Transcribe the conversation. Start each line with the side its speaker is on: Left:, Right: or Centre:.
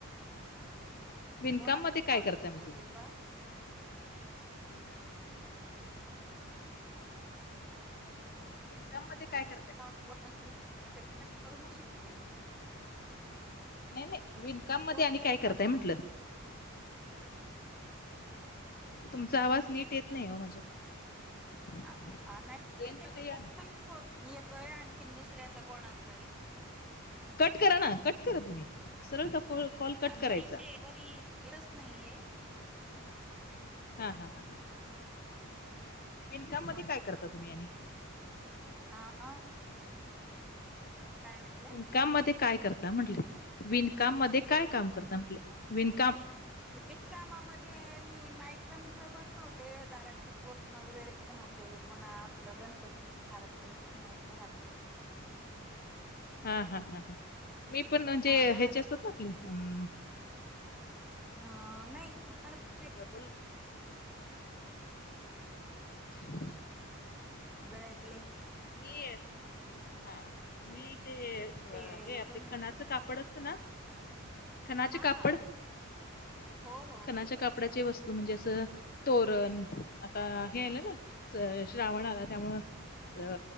Left: विणकाम
Centre: कोणाचा
Left: मध्ये काय
Centre: फोन
Left: करताय
Centre: येतोय
Left: मग तुम्ही?
Centre: किपा
Left: इनकम मध्ये काय करतय
Centre: ट करून शवते
Left: नाही नाही विनकाम मध्ये
Centre: कोणतरी
Left: आणि काय करताय
Centre: कार्यक्रम
Left: म्हटलं तुमचा आवाज नीट येत नाही हो माझ्याकडे
Centre: आ- आ- नाही
Left: रेंज
Centre: ते
Left: मध्ये या
Centre: कोण
Left: ना
Centre: येतोय आणखीन दुसऱ्याचा कोणाात तरी
Left: कट करा ना कट करा तुम्ही सरळता कॉल कट
Centre: आ, नाही
Left: करायचा
Centre: ते वरी येतच नाहीये
Left: हा हा ह विणकाम म
Centre: हा,
Left: काय करता तुम्ही आणि
Centre: आा काय म्हटलं
Left: विकाम मध्ये काय करता म्हंटले विणकाम मध्ये काय काम करता म्हटलं विणकाम
Centre: वे कामामध्ये मी मायक्रमच बनवते दार पूर्ण वगैरे पण होते पुन्हा आपलं गणपतीची हार लक्ष्मीचे हार
Left: हा हा हा हा मी पण म्हणजे
Centre: अं, महालक्ष्मी
Left: ह्याचे असतात ना आपली अम
Centre: अ नाही महालक्ष्मी
Left: डबल ह
Centre: गेळ्यातली
Left: मी हा मी ते
Centre: ते
Left: हे आपले
Centre: बनवते
Left: खणाचं काप पड असत ना खनाचे
Centre: हा
Left: कापड
Centre: हा हो हो
Left: खनाचे कापड कपडाचे वस्तू म्हणजे असं तोरण आता हे आलं ना श्रावण आला त्यामुळे्हा अ